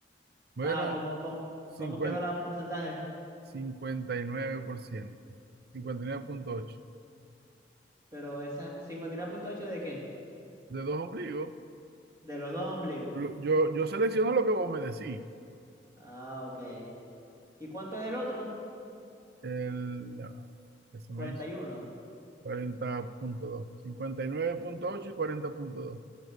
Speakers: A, on the right (about 60°); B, on the right (about 20°).
A: Bueno,
B: Ah, ¿cómo, cómo,
A: cincuenta
B: cómo quedó la porcentaje?
A: cincuenta cincuenta y y nueve por ciento cincuenta y nueve punto ocho
B: Pero esa ¿cincuenta y nueve punto ocho de qué?
A: De dos ombligos,
B: De los dos ombligos.
A: lo- yo, yo selecciono lo que vos me decís.
B: Ah, ok. ¿Y cuánto es el otro?
A: El, ya va, que se me
B: Cuarenta
A: hizo?
B: y uno.
A: 40.2, 59.8 y nueve punto ocho y cuarenta punto dos